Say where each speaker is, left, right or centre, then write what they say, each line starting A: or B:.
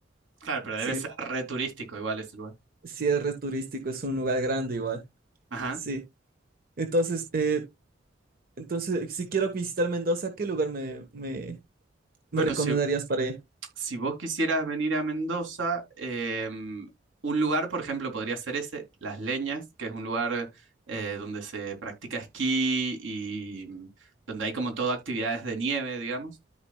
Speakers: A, on the right (about 85°); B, on the right (about 50°).
A: Claro, pero
B: sí,
A: debe ser re turístico igual ese lugar.
B: sí es re turístico, es un lugar grande igual,
A: Ajá.
B: sí. Entonces, eh, Entonces, si quiero visitar Mendoza, ¿qué lugar me, me, me
A: Bueno,
B: recomendarías
A: si,
B: para ir?
A: si vos quisieras venir a Mendoza, em, un lugar, por ejemplo, podría ser ese, Las Leñas, que es un lugar eh, donde se practica esquí y mm, donde hay como todo actividades de nieve, digamos,